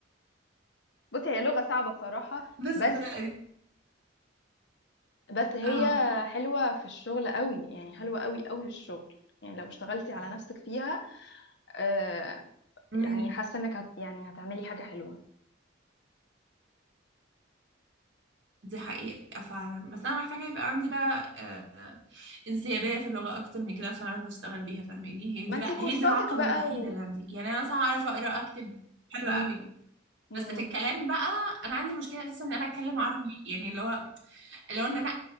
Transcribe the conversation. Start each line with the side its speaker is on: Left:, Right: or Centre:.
Left: بصي هي لغة صعبة بصراحة
Right: <laughs> بس
Left: بس
Right: بقى
Left: بس هي
Right: اه
Left: حلوة في الشغل قوي يعني حلوة قوي قوي في الشغل يعني لو اشتغلتي على نفسك فيها آه
Right: مم.
Left: يعني حاسة انك هت يعني هتعملي حاجة حلوة
Right: دي حقيقة فعلا بس أنا محتاجة يبقى عندي بقى آه، انسيابية في اللغة أكتر من كده عشان أعرف أشتغل بيها فاهماني هي
Left: ما
Right: دي
Left: انتي
Right: بقى
Left: كورساتك
Right: هي دي العقبة
Left: بقى
Right: الوحيدة
Left: و
Right: اللي عندي يعني أنا مثلا أعرف أقرأ أكتب حلو
Left: مم.
Right: قوي
Left: مم.
Right: بس في الكلام بقى أنا عندي مشكلة أساسا إن أنا أتكلم عربي يعني اللي هو لو ان انا